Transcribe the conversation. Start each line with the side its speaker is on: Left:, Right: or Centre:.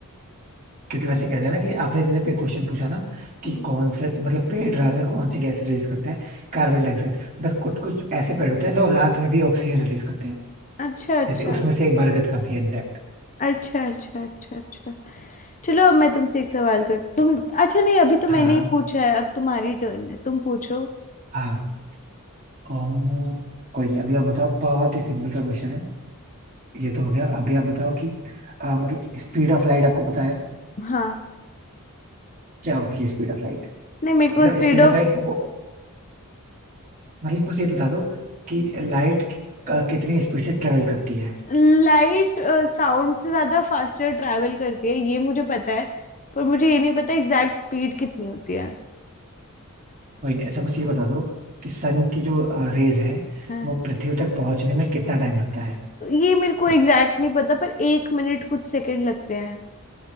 Right: क्योंक्योंकि वैसे
Left: अच्छा
Right: कहते हैं ना कि आपने जैसे पे क्वेश्चन पूछा ना कि
Left: हम्म,
Right: कौन से मतलब पेड़ रात में कौन सी गैस रिलीज करते हैं कार्बन डाइऑक्साइड बस कुछ कुछ ऐसे पेड़ होते हैं जो रात में भी ऑक्सीजन रिलीज करते हैं
Left: अच्छा अच्छा
Right: जैसे उसमें से एक बरगद का भी है इनफैक्ट
Left: अच्छा अच्छा अच्छा अच्छा। चलो अब मैं तुमसे एक सवाल कर तुम अच्छा नहीं अभी तो
Right: हाँ
Left: मैंने ही पूछा है अब तुम्हारी टर्न है तुम पूछो
Right: हाँ ओह, कोई नहीं अभी आप बताओ बहुत ही सिंपल सा क्वेश्चन है ये तो हो गया अभी आप बताओ कि आ, मतलब स्पीड ऑफ लाइट आपको पता है
Left: हाँ
Right: क्या होती है स्पीड ऑफ लाइट
Left: नहीं मेरे को
Right: मतलब
Left: स्पीड
Right: स्पीड
Left: ऑफ
Right: ऑफ लाइट वो मतलब बस ये बता दो कि लाइट कितनी स्पीड से ट्रेवल करती है
Left: लाइट साउंड से ज्यादा फास्टर ट्रैवल करती है ये मुझे पता है पर मुझे ये नहीं पता एग्जैक्ट स्पीड कितनी होती है
Right: कोई नहीं अच्छा बस ये बता दो कि सन की जो रेज है
Left: हाँ,
Right: वो पृथ्वी तक पहुंचने में कितना टाइम लगता है
Left: ये मेरे को एग्जैक्ट नहीं पता पर एक मिनट कुछ सेकंड लगते हैं